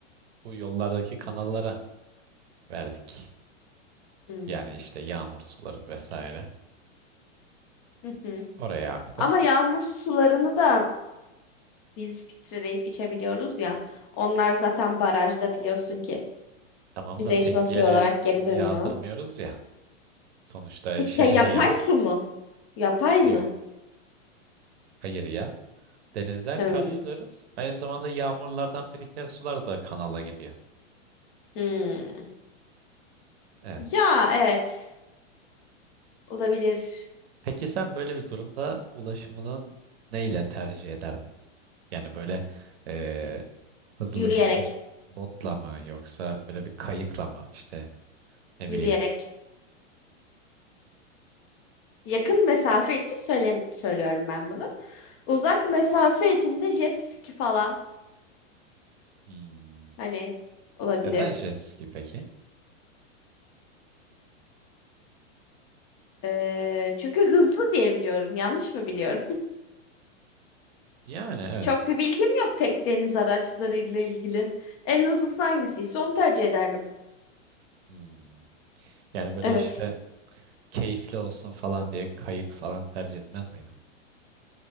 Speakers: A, on the right (about 55°); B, on the left (about 25°).
A: bu yollardaki kanallara verdik.
B: Hmm.
A: Yani işte yağmur suları vesaire.
B: Hı hı.
A: Oraya aktı.
B: Ama yağmur sularını da biz filtreleyip içebiliyoruz ya. Onlar zaten barajda biliyorsun ki
A: Tamam
B: bize
A: da tek
B: içme suyu
A: bir yere
B: olarak geri
A: yağdırmıyoruz
B: dönüyor.
A: ya. Sonuçta
B: Peki
A: şehre
B: ya yapay
A: yağ,
B: su mu? Yapay
A: yok
B: mı?
A: hayır ya. Denizden
B: Hmm.
A: karşılıyoruz. Aynı zamanda yağmurlardan biriken sular da kanala gidiyor.
B: Hmm.
A: Evet.
B: Ya evet. Olabilir.
A: Peki sen böyle bir durumda ulaşımının neyle tercih ederdin? Yani böyle eee, hızlı
B: Yürüyerek.
A: bir bot botla mı yoksa böyle bir kayıkla mı işte ne
B: Yürüyerek.
A: bileyim.
B: Yakın mesafe için söyle söylüyorum ben bunu. Uzak mesafe içinde jet ski falan
A: Hmm.
B: hani olabilir.
A: Neden jet ski peki?
B: Ee, çünkü hızlı diye biliyorum. Yanlış mı biliyorum?
A: Yani
B: <laughs>
A: evet.
B: Çok bir bilgim yok tek deniz araçlarıyla ilgili. En hızlısı hangisiyse onu tercih ederdim.
A: Hmm. Yani böyle
B: Evet.
A: işte keyifli olsun falan diye kayık falan tercih etmez miydim?